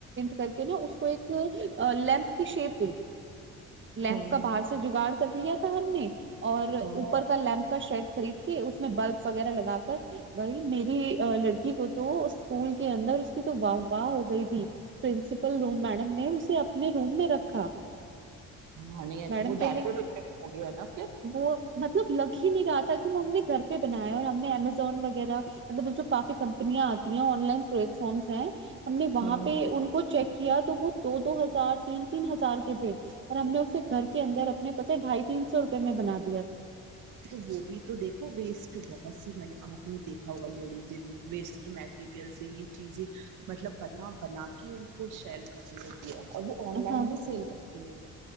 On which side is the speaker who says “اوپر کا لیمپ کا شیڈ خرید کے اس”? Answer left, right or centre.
Right